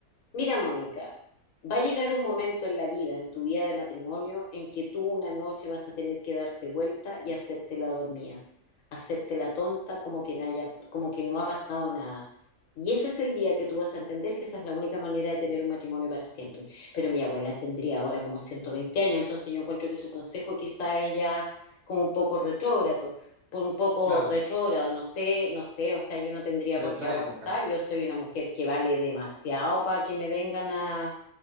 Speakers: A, on the left; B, on the right.
A: Mira, Mónica, va a llegar un momento en la vida, en tu vida de matrimonio, en que tú una noche vas a tener que darte vuelta y hacerte la dormida, hacerte la tonta como que, no haya- como que no ha pasado nada. Y ese es el día que tú vas a entender que esa es la única manera de tener un matrimonio para siempre. Pero mi abuela tendría ahora como 120 años, entonces yo encuentro que su consejo quizá es ya como un poco retrógrado por un poco
B: Claro,
A: retrógrado, no sé, no sé, o sea, yo no tendría
B: de
A: por
B: otra
A: qué aguantar,
B: época.
A: yo soy una mujer que vale demasiado para que me vengan a,